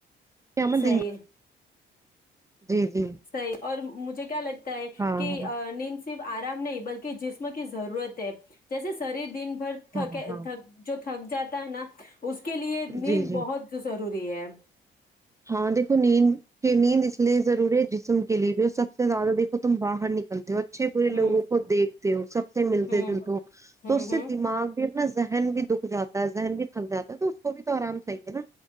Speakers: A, on the right; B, on the left.
A: کہ ہمیں دن
B: صی <unintelligible>
A: جی جی
B: صحیح اور مجھے ج کیاا ہے
A: ہاں
B: کہ
A: ہاں
B: نین سے ف آرام نہیں بلکہ جسم کی ضرورت ہے جیسے س سریر دن بھر
A: ہاں
B: تھک
A: ہاں
B: تھک جو ت تھک جاتا ہے نا اس کے لیے نیند
A: جی جی
B: بہتضرور ضروری ہے
A: ہاں دیکو نیند کی نیند اس لیے ضروری ہے جسم کے لیے بھی اور سب سے زیادہ دیکھو تم باہر نکلتے ہو اور اچھے برے
B: ہوں
A: لوگوں کو دیکھتے ہو سب سے ملتے
B: ہوں
A: جلتے ہو
B: ہوں
A: تو اس سے
B: ہوں
A: دماغ بھی ا ذہن بھی دکھ جاتا ہے ذہن بھی تھک جاتا ہے تو اس کو بھی تو آرام چاہیے نا